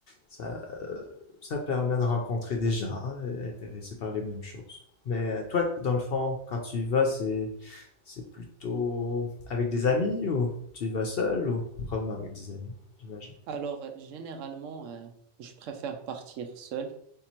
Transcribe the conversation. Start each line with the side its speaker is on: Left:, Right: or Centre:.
Left: ça, euh, ça permet de rencontrer des gens euh, intéressés par les mêmes choses. Mais euh, toi, dans le fond, quand tu y vas, c'est, c'est plutôt avec des amis ou tu y vas seul ou probablement avec des amis, j'imagine.
Right: Alors, euh, généralement, euh, je préfère partir seul.